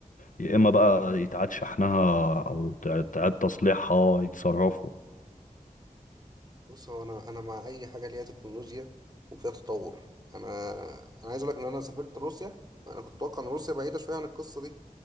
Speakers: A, on the left (about 70°); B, on the right (about 30°).
A: يا اما بقى يتعاد شحنها او تع- تعاد تصليحها يتصرفوا
B: بص هو انا انا مع اي حاجه ليها تكنولوجيا وفيها تطور انا انا عايز اقول لك ان انا سافرت روسيا انا كنت متوقع ان روسيا بعيده شويه عن القصه دي